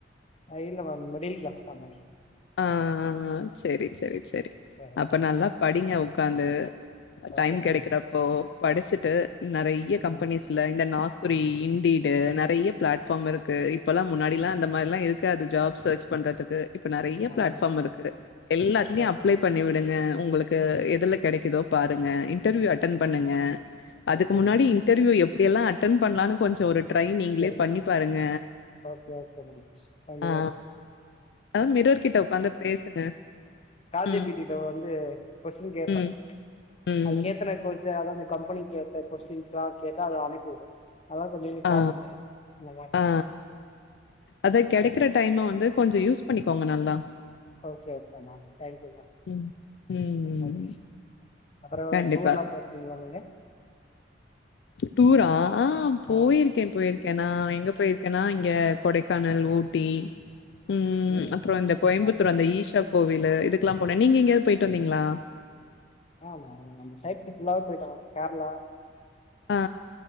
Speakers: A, on the left; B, on the left.
A: high level ma'am middle class தான் மேம்
B: ஆ சரி சரி சரி
A: வேற எதுவு
B: அப்ப நல்லா படிங்க உக்காந்து டைம்
A: ஓகே
B: கிடைக்கிறப்போ
A: மேம்
B: படிச்சுட்டு நிறைய கம்பெனிஸ்
A: ம்
B: இந்த நாக்குறி இண்டீடு நிறைய பிளாட்ஃபார்ம் இருக்கு இப்பல்லாம் முன்னாடி எல்லாம் அந்த மாதிரிலாம் இருக்க காது ஜாப் சேர்ச் பண்றதுக்கு நெறைய
A: அதா
B: பிளாட்ஃபார்ம்
A: மேம்
B: இருக்கு எல்லாத்தலயும்
A: ஓகே
B: அப்ளை பண்ணி விடுங்க உங்களுக்கு எதுல கிடைக்குதோ பாருங்க இன்டர்வியூ அட்டென்ட் பண்ணுங்க அதுக்கு
A: ஓகே
B: முன்னாடி
A: மேம்
B: இடர்யூ எப்படி எல்லா அட்டன் பண்ணலாம்னு கொஞ்சம் ஒரு ட்ரை நீங்களே
A: தெரி
B: பண்ணி பாருங்க
A: ஓகே ஓகே மேம் கண்டிப்பா
B: ஆ
A: மேம்
B: அத மிரர்கிட்ட உட்காந்து பேசுங்க
A: சாஜ
B: ம்
A: பீட்டில வந்து கொஸின் கேபே
B: ம் ம்
A: அது கேத்தன அத கம்பெனி கேத்த கோஸ்டின்ஸ் கேட்டா அது அனுப்பிவிடும் அதன கொஞ்ச
B: ஆ
A: பாப்பண்ணே இந்த மாரிலா
B: ஆ அதது கிடைக்கிற
A: முடிச்சு
B: டைம வந்து கொஞ்ச யூஸ் பண்ணிக்கோங்க நல்லா
A: okay okay ma'am thank you ma'am
B: ம் ம்
A: அது அப்பறம்
B: கண்டிப்பா
A: டூர் எல்லா பாத்தி சொல்லுங்க
B: டூரா ஆ போயிருக்கே
A: ஆ
B: போயிருக் கேன்னா எங்க போயிருக்கேன்னா இங்க கொடைக்கானல் ஊட்டி உம்
A: ம்
B: அப்புறம் இந்த
A: சூப்பர்
B: கோயம்புத்தூர் அந்த ஈஷா கோவில் இதுக்கெல்லா போனே நீங்க எங்கேயாவது போயிட்டு வந்தீங்களா
A: ஆமா அந்த சைட் ஃபுல்லா வே போயிட்டா கேரளா
B: ஆ